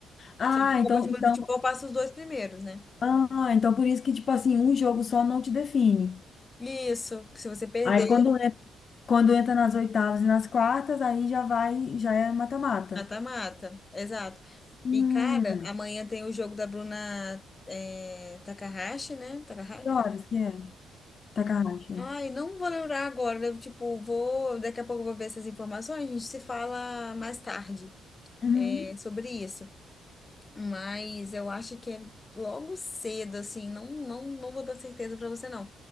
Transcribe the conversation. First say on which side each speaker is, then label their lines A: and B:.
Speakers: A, on the left; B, on the left.
A: Ah,
B: Só que Copa
A: então,
B: de
A: então,
B: Mundo de Futebol passa os dois primeiros, né?
A: ah, então por isso que, tipo assim, um jogo só não te define.
B: Isso, que se você perder,
A: Aí quando, en- quando entra nas oitavas e nas quartas, aí já vai, já é mata-mata.
B: mata-mata. Exato.
A: Hum.
B: E, cara, amanhã tem o jogo da Bruna é, Takahashi, né? Takahashi,
A: Que horas
B: Takahashi.
A: que é? Takahashi, né?
B: Ai, não vou lembrar agora. eu, Tipo, vou. Daqui a pouco eu vou ver essas informações. A gente se fala mais tarde
A: Uhum.
B: é, sobre isso. Mas eu acho que é logo cedo, assim. Não, não, não vou dar certeza pra você, não.